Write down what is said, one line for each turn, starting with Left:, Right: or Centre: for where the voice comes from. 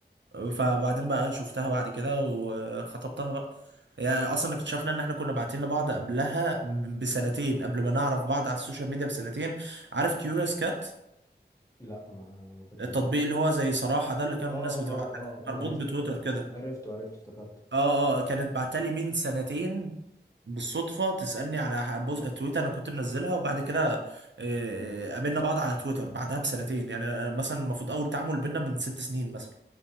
Right: فبعدين بقى شفتها بعد كده وخطبتها بقى يعني اصلا اكتشفنا ان احنا كنا باعتين لبعض قبلها بسنتين قبل ما نعرف بعض على السوشيال ميديا بسنتين عارف كيوريوس كات
Left: لا ما ما خدش
Right: التطبيق
Left: بالي
Right: اللي هو زي صراحة ده اللي كان
Left: اه
Right: الناس بتبعت
Left: اه اه
Right: مربوط
Left: اه عرفته
Right: بتويتر
Left: آه،
Right: كده
Left: عرفته عرفته افتكرته
Right: اه اه كانت بعتلي من سنتين بالصدفة تسألني على ح- بوز تويتر انا كنت منزلها وبعد كده آه، قابلنا بعض على تويتر بعدها بسنتين يعني أنا مثلا المفروض اول تعامل بينا من ست سنين مثلا